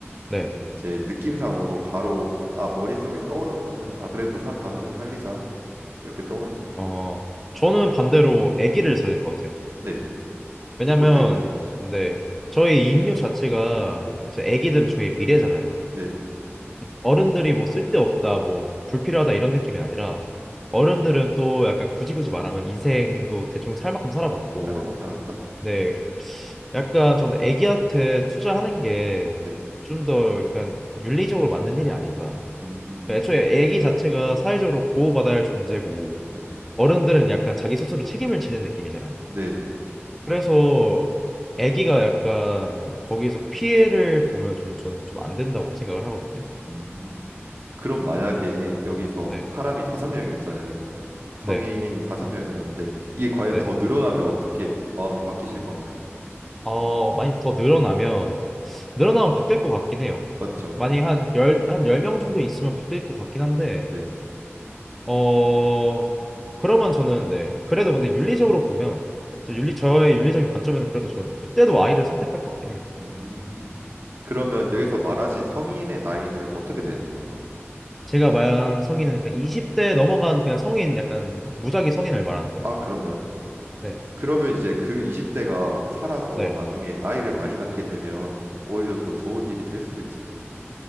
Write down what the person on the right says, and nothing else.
어떤 제 느낌상으로 바로 아, 머릿속에 떠오르는 거는 아, 그래도 사람 다섯 명 살리자 이렇게 떠오릅니다.
네.
어떻게 그렇게 생각하시죠?
네.
네, 네.
네.
살 만큼 살았다.
네.
음.
네.
네, 네.
음. 그럼 만약에 여기서
사람이 다섯 명이었잖아요. 성인이
다섯 명이었는데 이게 과연
더 늘어나면 어떻게 마음이 바뀌실 건가요?
네.
맞죠?
네.
음. 그러면 여기서 말하신 성인의 나이는 어떻게 되는 건가요?
아, 그런가요?
그러면 이제 그 20대가 살아서
나중에 아이를 많이 낳게 되면 오히려 더 좋은 일이 될 수도 있지 않을까요?